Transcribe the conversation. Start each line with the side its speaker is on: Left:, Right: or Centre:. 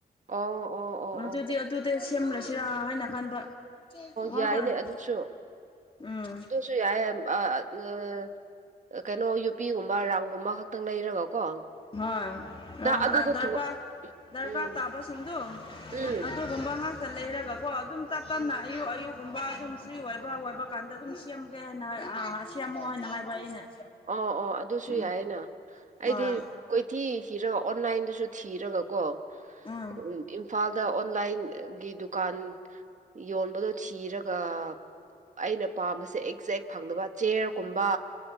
Right: ꯑꯣ ꯑꯣ ꯑꯣ
Left: ꯑꯗꯨꯗꯤ
Right: ꯑꯣ
Left: ꯑꯗꯨꯗꯤ ꯁꯦꯝꯃ꯭ꯔꯁꯤꯔꯥ ꯍꯥꯏꯅ ꯈꯟꯕ ꯑꯣ
Right: ꯌꯥꯏꯅꯦ
Left: ꯐꯔꯦ
Right: ꯑꯗꯨꯁꯨ
Left: ꯎꯝ
Right: ꯑꯗꯨꯁꯨ ꯌꯥꯏꯌꯦ ꯑꯥ ꯑꯥ ꯀꯩꯅꯣ ꯌꯨꯄꯤꯒꯨꯝꯕ ꯔꯔꯥꯡꯝꯒꯨꯝꯕ ꯈꯛꯇꯪ ꯂꯩꯔꯒ ꯀꯣ
Left: ꯍꯣꯏ
Right: ꯅꯪ ꯑꯗꯨꯗꯣ
Left: ꯗꯔꯀꯥꯔ
Right: ꯊꯨ
Left: ꯗꯔꯀꯥꯔ
Right: ꯎꯝ
Left: ꯇꯥꯕꯁꯤꯡꯗꯨꯣ
Right: ꯎꯝ
Left: ꯑꯗꯨꯒꯨꯝꯕ ꯉꯥꯛꯇ ꯂꯩꯔꯒꯀꯣ ꯑꯗꯨꯝ ꯇꯞ ꯇꯞꯅ
Right: ꯎꯝ
Left: ꯑꯌꯨꯛ ꯑꯌꯨꯛ ꯒꯨꯝꯕ ꯑꯗꯨꯝ ꯐ꯭ꯔꯤ ꯑꯣꯏꯕ ꯑꯣꯏꯕ ꯀꯥꯟꯗ ꯑꯗꯨꯝ ꯁꯦꯝꯒꯦ ꯍꯥꯏꯅ ꯁꯦꯝꯃꯣ ꯍꯥꯏꯅ ꯍꯥꯏꯕ ꯑꯩꯅ
Right: ꯑꯣ ꯑꯣ ꯑꯗꯨꯁꯨ
Left: ꯎꯝ
Right: ꯌꯥꯏꯌꯦꯅ ꯑꯩꯗꯤ
Left: ꯍꯣꯏ
Right: ꯀꯣꯏꯊꯤ ꯊꯤꯔꯒ ꯑꯣꯟꯂꯥꯏꯟꯗꯨꯁꯨ ꯊꯤꯔꯒꯀꯣ
Left: ꯎꯝ
Right: ꯎ ꯏꯝꯐꯥꯜꯗ ꯑꯣꯟꯂꯥꯏꯟꯒꯤ ꯗꯨꯀꯥꯟ ꯌꯣꯟꯕꯗꯣ ꯊꯤꯔꯒ ꯑꯩꯅ ꯄꯥꯝꯕꯁꯦ ꯑꯦꯛꯖꯦꯛ ꯐꯪꯕ ꯆꯤꯌꯔꯒꯨꯝꯕ